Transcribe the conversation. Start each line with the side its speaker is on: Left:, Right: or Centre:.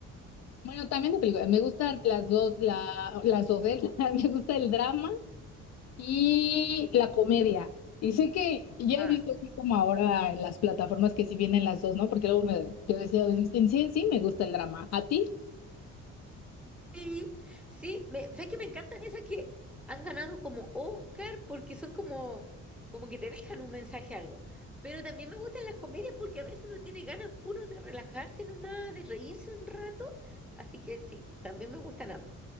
Left: Bueno, también de películas. Me gustan las dos, la, las dos, ¿eh? <laughs> Me gusta el drama y la comedia. Y sé que ya
Centre: ¿Ya?
Left: he visto así como ahora en las plataformas que sí vienen las dos, ¿no? Porque luego me- yo decía, en en sí, en sí me gusta el drama. ¿A ti?
Centre: Sí, sí, me, ¿sabes que me encantan esas que han ganado como Oscar porque son como, como que te dejan un mensaje algo? Pero también me gustan las comedias porque a veces uno tiene ganas puro de relajarse nomás, de reírse un rato. Así que sí, también me gustan ambas.